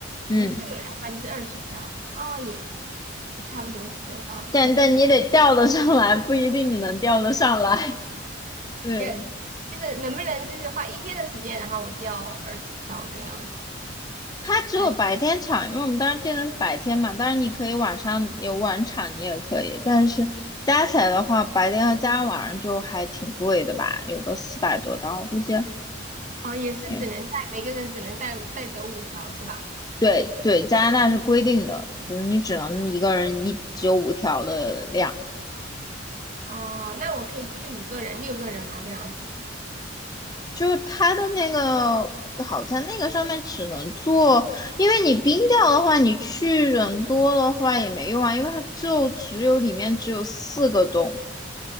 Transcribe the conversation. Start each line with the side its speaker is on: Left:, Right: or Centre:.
Right: 也就四个人的话就是二十条，
Left: 嗯，
Right: 哦，也也差不多十多刀，
Left: 但但你得调得上来，
Right: 还是比
Left: 不一定你能调得上来。<laughs> 对，
Right: 也就是能不能就是花一天的时间，然后我钓二十条这样子，
Left: 它只有白天场，
Right: 还
Left: 因为我们当时定的是白天嘛。当然你可以晚上有晚场，你也可以。但是加起来的话，白天和加晚上就还挺贵的吧，有个四百多刀，估计。
Right: 哦也是只能带每个人只能带带走五条是吧？
Left: 嗯，对对，加拿大是规定的，就是你只能一个人一只有五条的量。
Right: 哦，那我可以去五个人、六个人嘛这样子。
Left: 就是它的那个好在那个上面只能做，因为你冰掉的话，你去人多的话也没用啊，因为它就只有里面只有四个洞。